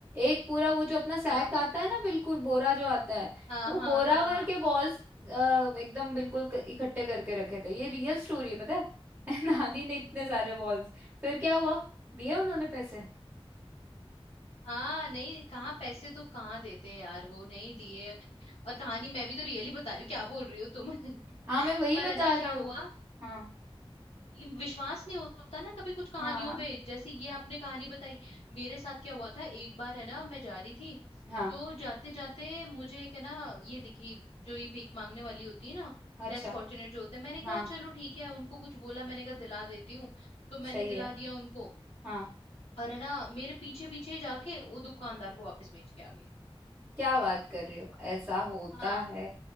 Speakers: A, on the right; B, on the left.
A: एक पूरा वो जो अपना सैक
B: हाँ
A: आता है ना बिल्कुल बोरा जो आता है
B: हाँ
A: वो
B: हाँ
A: बोरा
B: हाँ
A: भर
B: हाँ
A: के बॉल्स एकदम बिल्कुल क- इकट्ठे करके रखे थे ये रियल स्टोरी है पता है <laughs> नानी ने इतने सारे बॉल्स फिर क्या हुआ दिया उन्होंने पैसे
B: हाँ नहीं कहाँ पैसे तो कहाँ देते यार वो नहीं दिए और कहानी मैं भी तो रियली बता रही हूँ क्या बोल रही हो तुम <laughs>
A: हाँ मैं वही
B: पर
A: बता
B: है ना क्या
A: रही हूँ
B: हुआ
A: हाँ
B: कि विश्वास नहीं होता ना कभी कुछ कहानियों
A: हाँ
B: पे जैसे ये आपने कहानी बताई मेरे साथ क्या हुआ था एक बार है ना मैं जा रही थी
A: हाँ
B: तो जाते जाते मुझे एक है ना ये दिखी जो ये भीख मांगने वाली होती है ना
A: अच्छा
B: लेस फॉर्चुनेट जो होते हैं मैंने कहा
A: हाँ
B: चलो ठीक है उनको कुछ बोला मैंने कहा दिला देती हूँ तो मैंने
A: सही
B: दिला
A: है
B: दिया उनको
A: हाँ
B: और है ना मेरे पीछे पीछे जाके वो दुकानदार को वापस बेच के आ गई
A: क्या बात कर रही हो ऐसा होता
B: हाँ
A: है